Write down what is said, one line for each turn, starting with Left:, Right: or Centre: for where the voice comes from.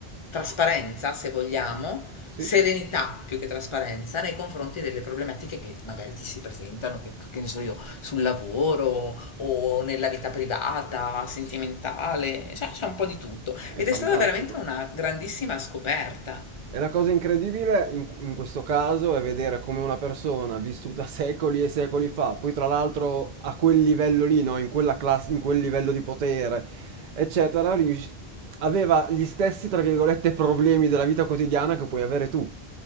Left: trasparenza, se vogliamo,
Right: Sì.
Left: serenità più che trasparenza nei confronti delle problematiche che magari ti si presentano, che, che ne so io, sul lavoro o nella vita privata, sentimentale, cioè c'è un po' di tutto.
Right: È
Left: Ed
Right: fantastico.
Left: è stata veramente una grandissima scoperta.
Right: E la cosa incredibile in, in questo caso è vedere come una persona vissuta secoli e secoli fa, poi tra l'altro a quel livello lì, no? in quella classe, in quel livello di potere, eccetera, rius- aveva gli stessi, tra virgolette, problemi della vita quotidiana che puoi avere tu.